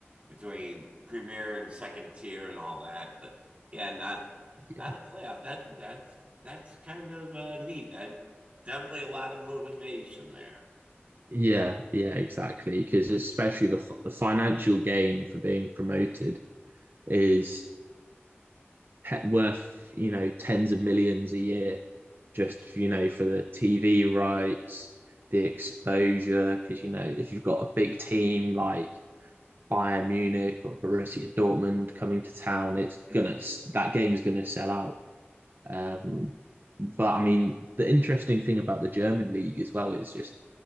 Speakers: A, on the right; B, on the right.
A: between premier and second tier and all that. But yeah, not
B: Yeah,
A: not a playoff. That that's that's kind of uh, neat. That definitely a lot of motivation there,
B: yeah, yeah exactly. Because especially the, the financial gain for being promoted is worth, you know, tens of millions a year just, you know, for the TV rights, the exposure. Because, you know, if you've got a big team like, Bayern Munich or Borussia Dortmund coming to town, it's
A: Mhm.
B: gonna that game is gonna sell out. Um, but I mean, the interesting thing about the German league as well is just